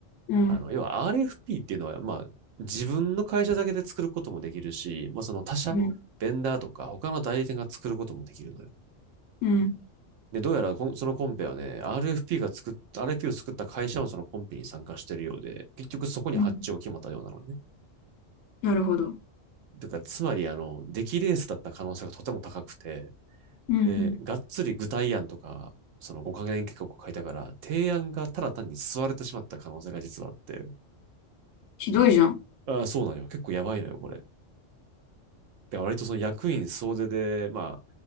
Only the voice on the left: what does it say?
うん、
うん、
うん、
うん。なるほど。
うん、うん。
ひどいじゃん。